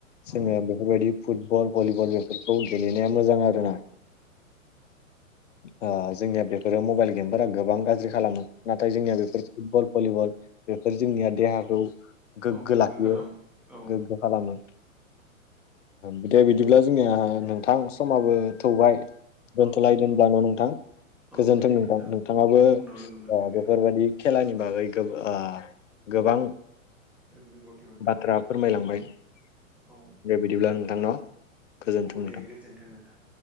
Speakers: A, in the centre; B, on the left.
A: औ
B: जोङो बेफोरबायदि फुटबल भलिबल बे गेलेनाया मोजां आरोना
A: औ
B: <inaudible> ओ जोंनिया बे रो मबाइल गेमफोरा गोबां गाज्रि खालामो नाथाय जोंनिया बेफोर फुटबल भलिबल बेफोर जोंनिया देहाखौ गोग्गो
A: औ
B: लाखियो
A: खालाम औ
B: गोग्गो खालामो बिदि बिदिब्ला जोंनिया नोंथां समाबो थौबाय दोनथ'लाय
A: औ नंगौ
B: दोनब्ला न' नोंथां
A: औ
B: गोजोन्थों
A: दे
B: नोंथां नोंथाङाबो
A: औ उनाव लोगो मोनफिनगोन
B: बेफोरबायाददि
A: नोंथां दे
B: खेलानि बागै गो- ओव गोबां
A: रोंगौथि मोनबाय
B: बाथ्रा फोरमायलांबाय <inaudible>
A: औ
B: दे बिदिब्ला नोंथां न'। गोजोन्थों
A: औ
B: नोंथां।
A: दे गोजोनथों नोंथां।